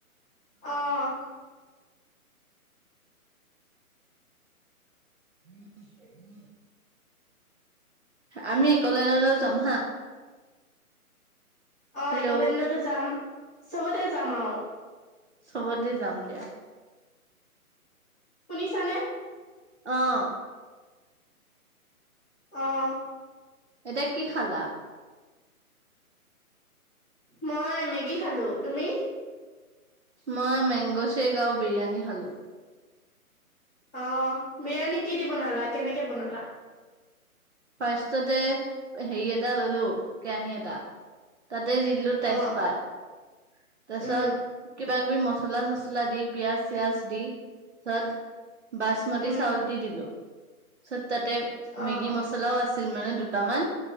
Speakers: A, in the centre; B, on the right.
A: অহ।
B: উম <inaudible> উ উম <inaudible> আমি একলেলৈ যাম হা।
A: অ,
B: হেল্ল'
A: একলেণ্ডতো যাম। চবতে যাম আৰু
B: চবতে যাম দিয়া
A: শুনিছানে।
B: অহঁ
A: অহ
B: এতিয়া কি খালা?
A: মই মেগী খালো তুমি?
B: মই মেংগ শেক আৰু বিৰিয়ানী খালো।
A: অ বিৰিয়ানী কি দি বনালা কেনেকে বনালা।
B: ফাৰ্ষ্টতে হেৰি এটা ললো কেৰাহী এটা তাতে দি দিলো তেজপাত।
A: অ'
B: তাৰপিছত
A: উম,
B: কিবা কিবি মছলা চচলা দি পিয়াজ চিয়াজ দি তাত বাছ মচি
A: উম।
B: চাউল দি দিলো। তাৰপিছত তাতে
A: অ'
B: মেগী মছলাও আছিল মানে দু দুটামান